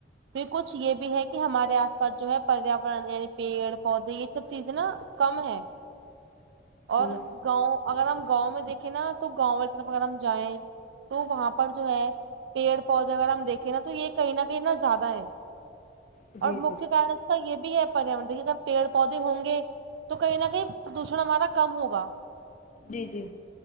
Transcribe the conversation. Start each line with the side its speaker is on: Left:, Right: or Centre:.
Right: تو کچھ یہ بھی ہے کہ ہمارے آس پاس جو ہے پریاورن یعنی پیڑ پودے یہ سب چیزیں نا کم ہے
Left: <inaudible> جی
Right: اور گاؤں اگر ہم گاؤں میں دیکھیں نا تو گاؤں میں طرف اگر ہم جائیںے تو وہاں پر جو ہے پیڑ پودے اگر ہم دیکھیں نا تو یہ کہیں نہ کہیں نا زیادہ ہیں
Left: جی
Right: اور
Left: جی
Right: مکھیہ کارن اس کا یہ بھی ہے پریاورن دیکھیے اگر پیڑ پودے ہوں گے تو کہیں نہ کہیں پردوشن ہمارا کم ہوگا
Left: جی جی